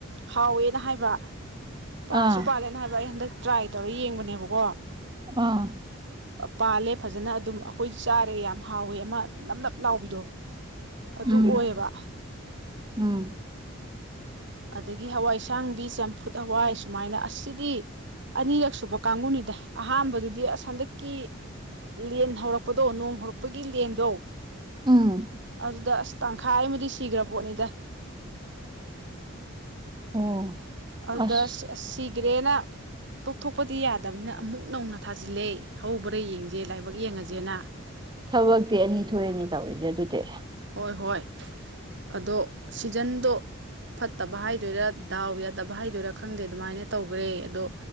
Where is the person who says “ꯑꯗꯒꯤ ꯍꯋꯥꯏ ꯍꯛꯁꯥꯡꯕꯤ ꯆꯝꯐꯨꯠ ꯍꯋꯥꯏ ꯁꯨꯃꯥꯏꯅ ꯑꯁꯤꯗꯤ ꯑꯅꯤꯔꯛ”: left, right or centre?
Right